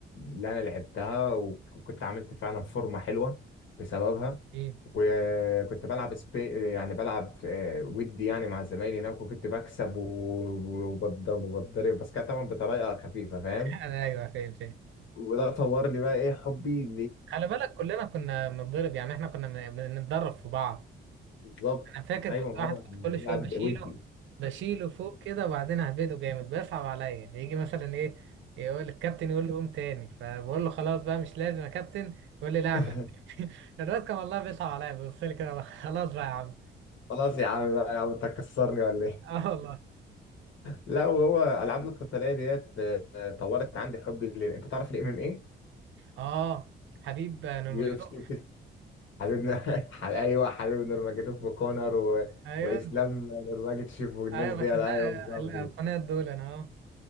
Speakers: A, on the left; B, on the right.
A: اللي انا لعبتها وكنت عملت فعلا فورمه حلوه بسببها
B: ايه
A: وكنت بلعب سبي يعني بلعب آه، ودي يعني مع زمايلي هناك وكنت بكسب و- وبضرب وبضرب بس كانت طبعا بطريقه خفيفه فاهم
B: <laughs> انا ايوه فاهم فاهم
A: وده طور لي بقى ايه حبي
B: خلي بالك كلنا كنا بنتضرب يعني احنا كنا بنتدرب في بعض
A: بالظبط
B: انا فاكر
A: ايوه
B: كنت
A: ما
B: واحد
A: هو
B: كنت كل شويه
A: قاعد
B: بشيله
A: ودي
B: بشيله فوق كده وبعدين اهبده جامد بيصعب عليا يجي مثلا ايه يقول الكابتن يقول لي قوم تاني فبقول له خلاص بقى مش لازم يا كابتن يقول لي لا اعمل
A: <laughs>
B: <laughs> الواد كان والله بيصعب عليا بيبص لي كده <laughs> خلاص بقى يا عم
A: خلاص يا عم بقى يا عم انت هتكسرني ولا ايه؟
B: اه والله
A: لا وهو العاب القتاليه ديت آه، طورت عندي حبي لل... انت تعرف الام ام ايه؟
B: اه حبيب نور
A: يو
B: مجدوح
A: اف سي وكده حبيبنا <laughs> ح- ايوه حبيب نورماجيتوف وكونر و...
B: ايوه
A: واسلام نورماجيتشيف والناس
B: ايوه
A: دي
B: بس
A: ايوه
B: ده
A: بالظبط
B: ال- القناة دول انا اه